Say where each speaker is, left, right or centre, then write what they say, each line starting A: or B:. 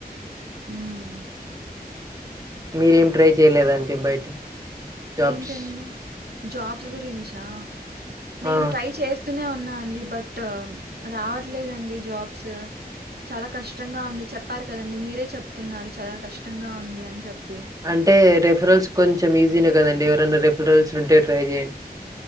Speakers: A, on the right; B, on the right.
A: ఉమ్
B: మీరేం ట్రై చేయలేదంటి బయట జాబ్స్
A: ఏంటండి జాబ్స్ గురించా నేను
B: ఆ
A: ట్రై చేస్ స్తున్న ఉన్నా అండి బట్ రావట్లేదండి జాబ్స్ చాలా కష్టంగా ఉంది చెప్పారు కదండి మీరే చెప్తున్నారు చాలా కష్టంగా ఉంది అని చెప్
B: అంటే రిఫరెల్స్ కొంచెం ఈజీనే కదండి ఎవరైనా రిఫరల్స్ ఉంటే ట్రై చేయం